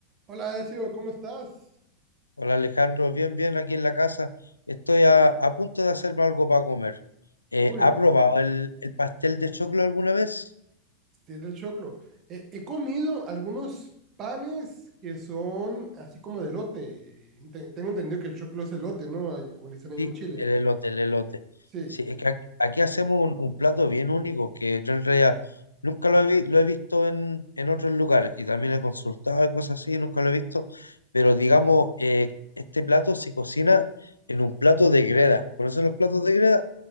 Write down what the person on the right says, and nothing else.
Hola, Ezio, ¿cómo estás?
Uy,
tiene el choclo. Eh, he comido algunos panes que son así como de elote. Te- tengo entendido que el choclo es elote, ¿no? Ahí Como le dicen allá
en Chile.
Sí.